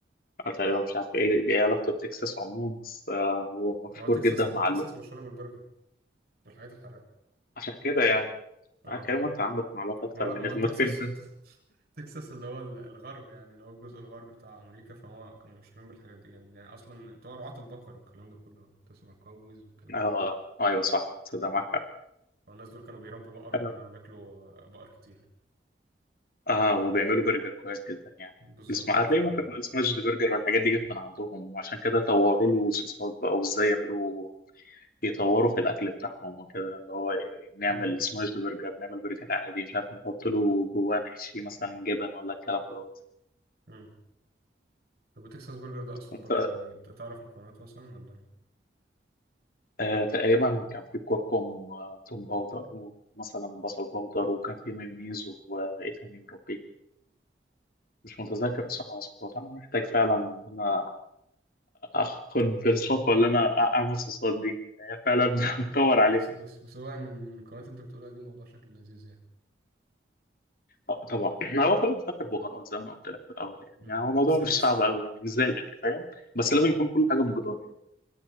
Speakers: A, on the left (about 55°); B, on the right (about 60°).
A: أنا تقريبا مش عارف ايه ايه علاقته بتكساس عموما بس آه، هو مشهور
B: ما هو تكساس
A: جدا
B: ما
A: مع
B: تكساس
A: اللحوم
B: مشهوره بالبرجر والحاجات الحراقه
A: عشان كده يعني
B: اه
A: آه، كريم انت عندك معلومات اكتر
B: ما هو
A: مني
B: ما
A: طب
B: هو
A: ما
B: تكساس
A: تفيدني
B: <laughs> تكساس اللي هو ال- الغرب يعني اللي هو الجزء الغربي بتاع أمريكا فهو كانوا مشهورين بالحاجات دي جامد يعني أصلا بتوع رعاة البقر والكلام ده كله تسمع الكاوبويز والكلام
A: اه
B: ده
A: ايوه صح تصدق معاك حق
B: فالناس دول كانوا بيربوا بقر وكانوا
A: اه
B: بيعملوا بياكلوا بقر كتير
A: آه، وبيعملوا برجر كويس جدا يعني
B: بالظبط
A: اسمع
B: اه
A: هتلاقي
B: ف
A: ممكن السماش برجر والحاجات دي جت من عندهم وعشان كده طوروا له صوصات بقى وازاي يعملوا يطوروا في الاكل بتاعهم وكده اللي هو نعمل
B: مم.
A: سماش برجر نعمل برجر عادي مش عارف نحط له جواه نحشي مثلا جبن ولا الكلام دوت
B: مم. طب وتكساس برجر ده أصلا
A: انت
B: برضو يعني أنت تعرف مكوناته مثلا ولا
A: آه تقريبا كان في كركم وتوم باودر ومثلا بصل باودر وكان في مايونيز وايه تاني يا ربي مش متذكر بصراحة وصفات أنا محتاج فعلا إن أنا اخد الخطوه اللي انا اعمل صوصات دي هي فعلا
B: ما
A: <laughs> بتطور عليها
B: بس بس بس هو يعني من المكونات اللي أنت بتقولها دي موضوع شكله لذيذ يعني
A: آه، طبعا <clears throat> هو كله بفكر بهارات زي ما انا قلت لك في الاول يعني.
B: مم.
A: يعني هو الموضوع
B: بس
A: مش
B: هي بس
A: صعب قوي يعني مش زي الاكل فاهم بس لازم يكون كل حاجه بمقدار يعني